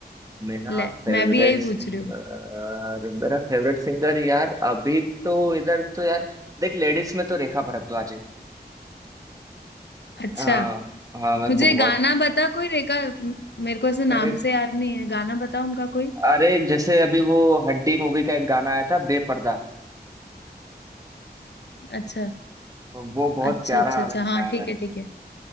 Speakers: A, on the right; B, on the left.
A: मेरा
B: ले
A: फेवरेट
B: मैं भी यही
A: सिंगर
B: पूछ रही हूँ
A: मेरा फेवरेट सिंगर यार अभी तो इधर तो यार देख लेडीज में तो रेखा भारद्वाज है
B: अच्छा
A: हाँ हाँ मेरे
B: मुझे
A: को बहुत
B: गाना बता कोई रेखा म- मेरे को ऐसे नाम
A: अरे
B: से याद नहीं है गाना बता उनका कोई
A: अरे जैसे अभी वो हड्डी मूवी का एक गाना आया था बेपर्दा
B: अच्छा
A: वो बहुत
B: अच्छा
A: प्यारा
B: अच्छा अच्छा
A: लगता
B: हाँ
A: है
B: ठीक
A: मेरे
B: है
A: को
B: ठीक है